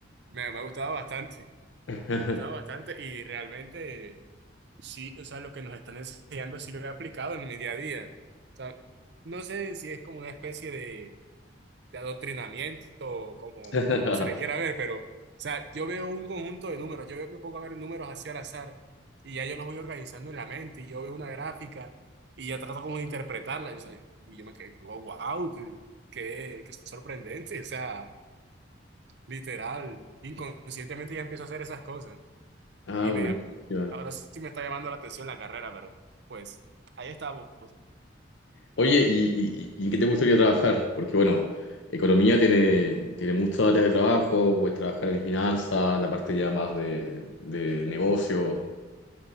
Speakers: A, on the right (about 60°); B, on the left (about 75°).
A: Me, me ha gustado bastante.
B: <laughs>
A: Me ha gustado bastante y realmente... sí, o sea, lo que nos están enseñando sí lo he aplicado en mi día a día. O sea, no sé si es como una especie de, de adoctrinamiento, o como,
B: <laughs>
A: como se le quiera ver, pero, o sea, yo veo un conjunto de números, yo veo- me pongo a ver números así al azar, y ya yo los voy organizando en la mente, y yo veo una gráfica, y ya trato como de interpretarla, y, o sea, y yo me quedo, wow, qué, qué sorprendente, o sea, literal, inconscientemente ya empiezo a hacer esas cosas.
B: Ah,
A: Y
B: buenísima.
A: me, ahora sí me está llamando la atención la carrera, pero pues ahí estamos.
B: Oye, ¿y, y- y en qué te gustaría trabajar? Porque bueno, economía tiene, tiene muchas áreas de trabajo, puedes trabajar en finanzas, la parte ya más de, de negocio.